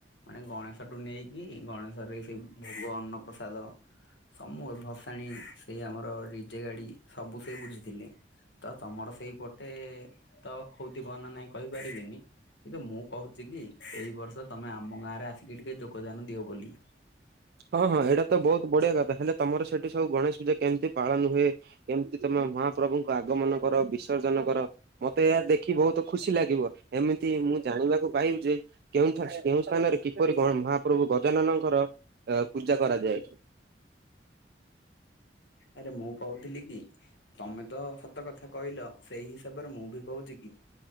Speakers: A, on the left; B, on the right.
A: ମାନେ ଗଣେଶଠୁ ନେଇକି ଗଣେଶ ରେ ସେଇ ଭୋଗ ଅନ୍ନପ୍ରସାଦ ସମ ମୁ ଭସାଣୀ ସେ ଆମର ଡିଜେ ଗାଡି ସବୁ ସେ ବୁଝିଥିଲେ। ତ ତମର ସେଇପଟେ ତ ହଉ ଥିବ ନା ନାହିଁ କହିପାରିବିନି କିନ୍ତୁ ମୁଁ କହୁ ଚିକି ଏଇ ବର୍ଷ ତମେ ଆମ ଗାଁ ରେ ଆସିକି ଟିକେ ଯୋଗଦାନ ଦିଅ ବୋଲି।
B: ହଁ ହଁ ଏଇଟା ତ ବହୁତ ବଢିଆ କଥା ହେଲେ ତମର ସେଠି ସବୁ ଗଣେଶ ପୂଜା କେମିତି ପାଳନ ହୁଏ? କେମିତି ତମେ ମହାପ୍ରଭୁଙ୍କୁ ଆଗମନ କର ବିସର୍ଜନ କର ମତେ ଏହା ଦେଖି ବହୁତ ତ ଖୁସି ଲାଗିବ। ଏମିତି ମୁଁ ଜାଣିବାକୁ ପାଇବି ଯେ କେଉଁଠ କେଉଁ ସ୍ଥାନରେ କିପରି ମହାପ୍ରଭୁ ଗଜାନନଙ୍କର ପୂଜା କରାଯାଏ।
A: ଆରେ ମୁଁ କହୁଥିଲି କି ତମେ ତ ସ ତ କଥା କହିଲ ସେଇ ହିସାବରେ ମୁଁ ବି କହୁଛି କି